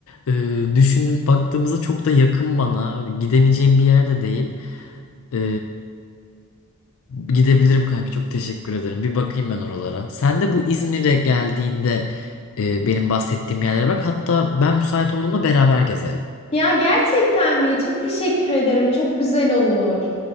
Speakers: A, on the left (about 65°); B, on the left (about 25°).
A: e, düşünüp baktığımızda çok da yakın bana. Hani Gidemeyeceğim bir yerde değil. E, Gidebilirim kanka çok teşekkür ederim. Bir bakayım ben oralara. Sen de bu İzmir'e geldiğinde e, benim bahsettiğim yerlere bak. Hatta ben müsait olduğumda beraber gezelim.
B: Ya gerçekten mi? Çok teşekkür ederim. Çok güzel olur.